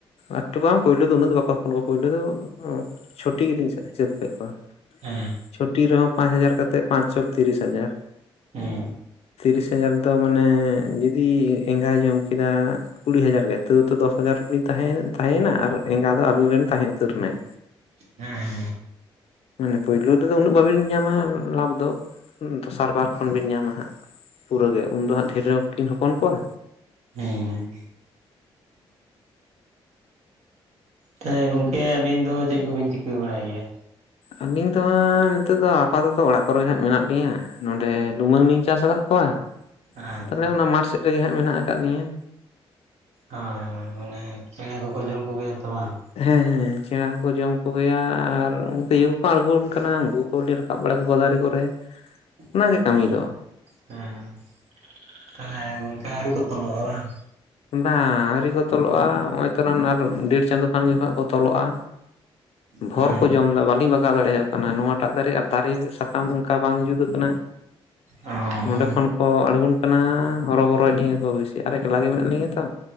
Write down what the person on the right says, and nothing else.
ᱦᱮᱸ᱾
ᱦᱮᱸ
ᱦᱮᱸ᱾
ᱦᱮᱸ᱾ ᱛᱮ ᱜᱚᱝᱠᱮ ᱟᱹᱵᱤᱱ ᱫᱚ ᱪᱮᱫ ᱠᱚᱵᱤᱱ ᱪᱤᱠᱟᱹ ᱵᱟᱲᱟᱭ ᱜᱮᱭᱟ?
ᱟᱪᱪᱷᱟ
ᱦᱚᱭ ᱦᱚᱭ ᱢᱟᱱᱮ ᱪᱮᱬᱮ ᱠᱚᱠᱚ ᱡᱚᱢ ᱠᱚ ᱜᱮᱭᱟ ᱛᱚ ᱵᱟᱝ᱾
<unintelligible>
ᱦᱮᱸ ᱛᱟᱦᱞᱮ ᱚᱱᱠᱟ ᱟᱹᱣᱨᱤ ᱠᱚ ᱛᱚᱞᱚᱜᱼᱟ ᱵᱟᱝ?
ᱦᱮᱸ
ᱦᱮᱸ